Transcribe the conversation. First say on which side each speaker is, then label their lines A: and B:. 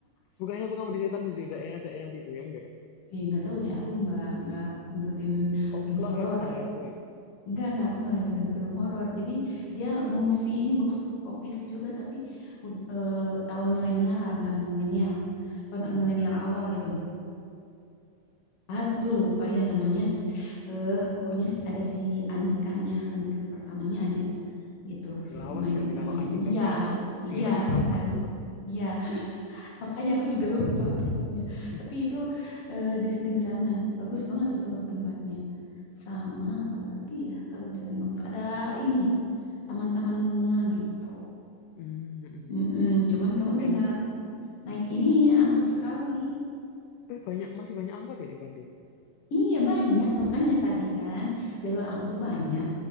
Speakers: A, on the left (about 80°); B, on the left (about 45°).
A: Bukannya pengabdi setan di daerah-daerah situ ya enggak
B: Ya, Ih, nggak tahu deh, aku nggak nggak ngikutin
A: Oh,
B: film
A: keluarga
B: horor.
A: Cemara, bukan?
B: Enggak, enggak, aku nggak ngikutin film horor. Jadi dia movie ini box office juga, tapi ud-
A: Hmm.
B: eh, tahun milenialan, tahun milenial, tahun
A: hmm.
B: milenial awal gitu. Aduh lupa ya namanya. Eh pokoknya si- ada si Andikanya, Andika pertamanya aja gitu,
A: Udah
B: si
A: lawas
B: pemain
A: berarti
B: utamanya.
A: kalau Andika
B: Oh iya,
A: main
B: iya
A: film tuh kapan
B: benar.
A: coba?
B: Iya, <laughs> makanya aku juga lupa filmnya.
A: Hmm.
B: Tapi itu eh, di syuting sana. Bagus banget itu tempatnya. Sama apalagi ya kalau di Lembang tuh ada ini, taman-taman bunga gitu.
A: Hmm. hmm. hmm, hmm.
B: Mm-mm, cuman kamu
A: Tapi
B: tinggal
A: emang
B: naik ini angkot sekali.
A: eh banyak masih banyak angkot ya di Bandung.
B: Iya banyak, makanya tadi kan
A: Hmm.
B: jalur angkot tuh banyak.